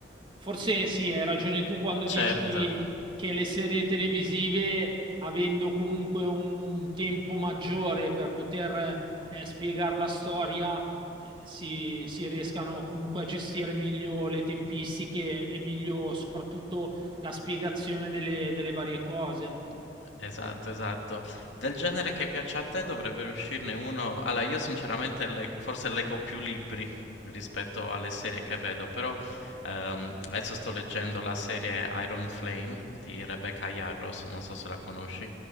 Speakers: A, on the right; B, on the left.
A: Forse sì, hai ragione tu quando
B: certo.
A: dici che le serie televisive, avendo comunque un, un tempo maggiore per poter eh, spiegare la storia, eh, si, si riescano comunque a gestire meglio le tempistiche e meglio soprattutto la spiegazione delle delle varie cose.
B: Esatto, esatto. Del genere che piaccia a te dovrebbe uscirne uno. Allora, io sinceramente leg- forse leggo più libri rispetto alle serie che vedo, però ehm, adesso sto leggendo la serie Iron Flame di Rebecca Yarros, non so se la conosci